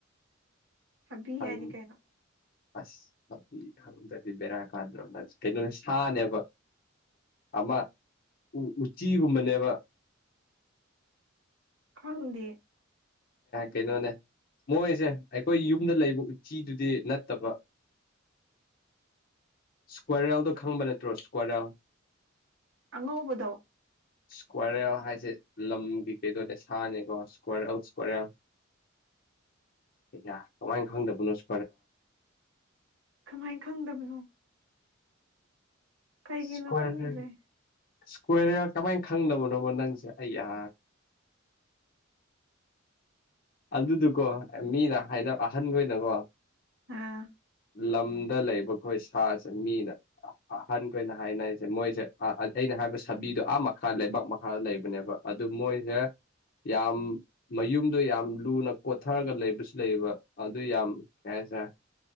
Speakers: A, on the right; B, on the left.
A: ꯁꯥꯕꯤ
B: ꯍꯥꯏ
A: ꯍꯥꯏꯗꯤ ꯀꯩꯅꯣ
B: ꯑꯁ ꯑꯗꯨꯗꯤ ꯈꯪꯗ꯭ꯔꯦ ꯕꯦꯔꯥ ꯀꯥꯗ꯭ꯔꯣ ꯀꯩꯅꯣꯅꯦ ꯁꯥꯅꯦꯕ ꯑꯃ ꯎꯆꯤꯒꯨꯝꯕꯅꯦꯕ
A: ꯈꯪꯗꯦ
B: ꯀꯩꯅꯣꯅꯦ ꯃꯣꯏꯁꯦ ꯑꯩꯈꯣꯏ ꯌꯨꯝꯗ ꯂꯩꯕ ꯎꯆꯤꯗꯨꯗꯤ ꯅꯠꯇꯕ ꯏꯁꯀ꯭ꯋꯥꯔꯦꯜꯗꯣ ꯈꯪꯕ ꯅꯠꯇ꯭ꯔꯣ ꯏꯁ꯭ꯀ꯭ꯋꯥꯔꯦꯜ
A: ꯑꯉꯕꯗꯣ
B: ꯏꯁꯀ꯭ꯋꯥꯔꯦꯜ ꯍꯥꯏꯁꯦ ꯂꯝꯒꯤ ꯀꯩꯗꯣꯅꯦ ꯁꯥꯅꯦꯀꯣ ꯏꯁꯀ꯭ꯋꯥꯔꯦꯜ <unintelligible> ꯀꯃꯥꯏꯅ ꯈꯪꯗꯕꯅꯣ <unintelligible>
A: ꯀꯃꯥꯏꯅ ꯈꯪꯗꯕꯅꯣ ꯀꯩꯒꯤꯅꯣ
B: ꯏꯁꯀꯣꯌꯔ
A: ꯈꯪꯗ꯭ꯔꯦ
B: ꯈꯪ ꯏꯁꯀꯣꯌꯔ ꯀꯃꯥꯏ ꯈꯪꯗꯕꯅꯣꯕ ꯅꯪꯁꯦ ꯑꯩ ꯑ ꯑꯗꯨꯗꯨꯀꯣ ꯃꯤꯅ ꯍꯥꯏꯅꯕ ꯑꯍꯟꯈ ꯑꯣꯏꯅꯀꯣ
A: ꯑꯥ
B: ꯂꯝꯗ ꯂꯩꯕ ꯑꯩꯈꯣꯏ ꯁꯥꯁꯦ ꯃꯤꯅ ꯑꯍꯟꯈꯣꯏꯅ ꯍꯥꯏꯅꯔꯤꯁꯦ ꯃꯣꯏꯁꯦ ꯑꯩꯅ ꯍꯥꯏꯕ ꯁꯥꯕꯤꯗꯣ ꯑꯥ ꯃꯈꯥ ꯂꯩꯕꯥꯛ ꯂꯩꯕꯅꯦꯕ ꯑꯗꯨ ꯃꯣꯏꯁꯦ ꯌꯥꯝ ꯃꯌꯨꯝꯗꯣ ꯌꯥꯝ ꯂꯨꯅ ꯀꯣꯠꯊꯔꯒ ꯂꯩꯕꯁꯨ ꯂꯩꯌꯦꯕ ꯑꯗꯨ ꯌꯥꯝ ꯀꯩ ꯍꯥꯏꯁꯔꯦ